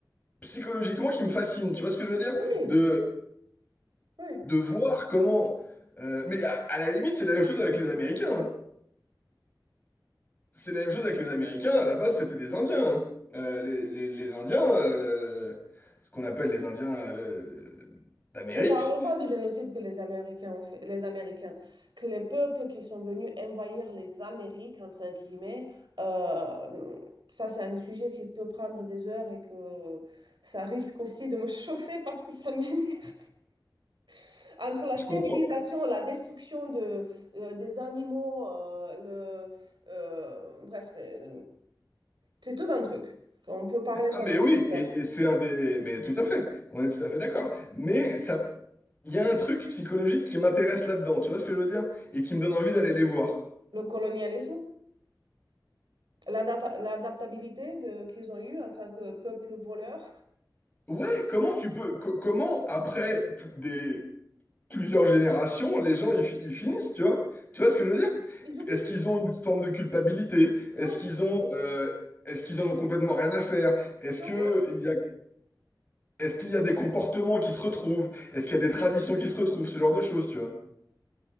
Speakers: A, on the left; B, on the right.
A: psychologiquement qui me fascine. Tu vois ce que je veux dire?
B: Oui,
A: De,
B: oui.
A: de voir comment. euh, mais à, à la limite, c'est la même chose avec les Américains. hein. C'est la même chose avec les Américains. À la base, c'était des Indiens. hein. Euh, les, les- les Indiens, euh, ce qu'on appelle les Indiens euh, d'Amérique.
B: Ne parlons pas du génocide que les Américains ont fait, les Américains, que les peuples qui sont venus envahir les Amériques, entre guillemets, euh, ça c'est un sujet qui peut prendre des heures et que ça risque aussi de me <laughs> chauffer parce que ça m'énerve. <laughs> Entre la
A: Je
B: stérilisation,
A: comprends.
B: la destruction de, euh, des animaux, euh, le, euh, bref, c'est c'est tout un truc qu'on peut parler pendant
A: Ah mais oui,
B: des
A: et,
B: heures.
A: et c'est un des... Mais tout à fait, on est tout à fait d'accord. Mais ça, il y a un truc psychologique qui m'intéresse là-dedans, tu vois ce que je veux dire? Et qui me donne envie d'aller les voir.
B: Le colonialisme. l'adapta- l'adaptabilité de- qu'ils ont eue en tant que peuple voleur.
A: Ouais, comment tu peux... co- comment après p- des... plusieurs générations, les gens, ils, fi- ils finissent, tu vois? Tu vois ce que je veux dire?
B: Ils oublient.
A: Est-ce qu'ils ont une forme de culpabilité? Est-ce
B: Non,
A: qu'ils ont... euh, Est-ce qu'ils en ont complètement rien à faire? Est-ce
B: ils
A: que
B: ont rien.
A: il y a, est-ce qu'il y a des comportements qui se retrouvent? Est-ce qu'il y a des traditions qui se retrouvent? Ce genre de choses, tu vois.